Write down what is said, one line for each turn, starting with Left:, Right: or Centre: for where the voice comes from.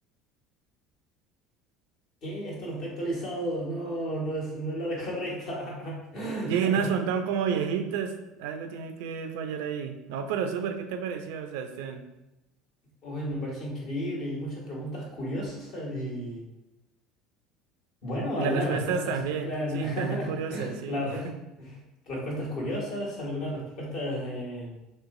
Left: ¿Qué? Esto no está actualizado. No, no es, no es la correcta. <laughs>
Right: Llenas <laughs> preguntan como viejitas, algo tiene que fallar ahí. No, pero súper, ¿qué te pareció, Sebastián?
Left: Uy, me parece increíble y muchas preguntas curiosas. Y bueno,
Right: Y
Left: algunas
Right: las respuestas
Left: respuestas
Right: también,
Left: eran
Right: sí,
Left: <laughs>
Right: también curiosas, sí.
Left: las
Right: <laughs>
Left: re- respuestas curiosas, algunas respuestas eh,